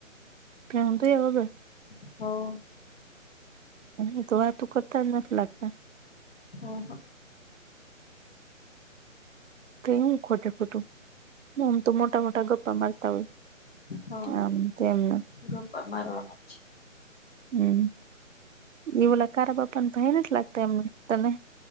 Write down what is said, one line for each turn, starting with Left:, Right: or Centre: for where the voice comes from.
Right: કેન ધોયા વગર.
Left: ગયા
Right: એ તો વાતું કરતા જ નથી લાગતા.
Left: અહ.
Right: કઈ ખોટે ખોટું આમ તો મોટા મોટા ગપ્પા મારતા હોય.
Left: હા
Right: આમ તેમને
Left: ગપ્પા મારવાના છે.
Right: હમ્મ. એવલા કારા બાપા ન ભાઈ નથ લાગતા એમને તને.